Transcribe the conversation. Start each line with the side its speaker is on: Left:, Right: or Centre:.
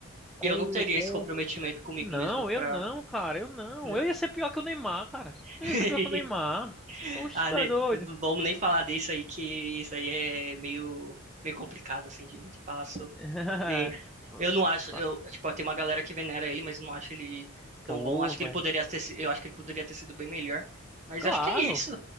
Centre: com,
Right: Eu não teria
Centre: com
Right: esse comprometimento comigo
Centre: não,
Right: mesmo
Centre: eu
Right: pra,
Centre: não, cara, eu não.
Right: não.
Centre: Eu ia ser pior que o Neymar, cara. Eu
Right: <laughs>
Centre: ia ser pior que o Neymar. Oxe,
Right: Ah,
Centre: tu
Right: ne-
Centre: é doido.
Right: vamos nem falar disso aí, que isso aí é meio, meio complicado, assim, de, de falar sobre.
Centre: <laughs>
Right: E eu não acho, eu, tipo, tem uma galera que venera ele, mas não acho ele
Centre: Pô,
Right: tão bom. Acho
Centre: velho.
Right: que ele poderia ter, si- eu acho que ele poderia ter sido bem melhor, mas
Centre: Claro.
Right: acho que é isso.